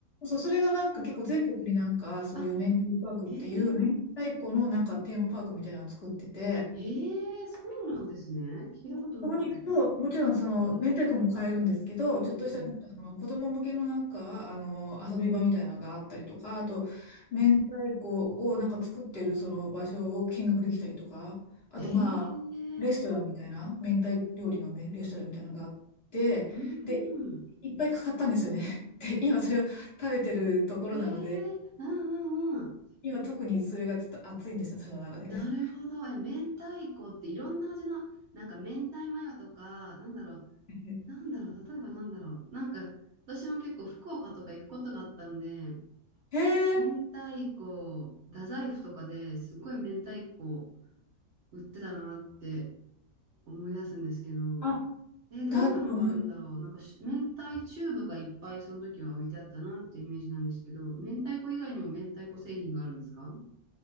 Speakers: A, on the left (about 45°); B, on the right (about 55°).
A: そう、それがなんか結構全国になんか、
B: んうん
A: そういう明太パークっていう、
B: あ、えー、
A: 明太子のなんかテーマパークみたいなのを作ってて、
B: えー、そうなんですね。聞いたことなかった。
A: そこに行くと、もちろんその明太子も買えるんですけど、
B: 明太子うんうん。
A: ちょっとしたなんかその子供向けのなんかあの遊び場みたいなのがあったりとか、あと明太子をなんか作ってるその場所を見学できたりとか、あとまあレストランみたいな、
B: えー、
A: 明太料理のめレストランみたいなのがあって、
B: うん。
A: で、いっぱい買ったんですよね。<laughs> で、今それを食べてるところなので、
B: ええうんうんうん。
A: 今特にそれがちょっと熱いんですよ、私の中でね。
B: なるほど。え、明太子っていろんな味の、なんか明太マヨとか、なんだろう、
A: <laughs>
B: なんだろう、例えばなんだろう。なんか、私も結構福岡とか行くことがあったんで、
A: へえ。
B: 明太子、太宰府とかですごい明太子売ってたなって思い出すんですけど、
A: あ、
B: え、どんなのがあるんだろう。
A: だって思
B: なんかし、明太チューブがいっぱいその時は置いてあったなっていうイメージなんですけど、明太子以外にも明太子製品があるんですか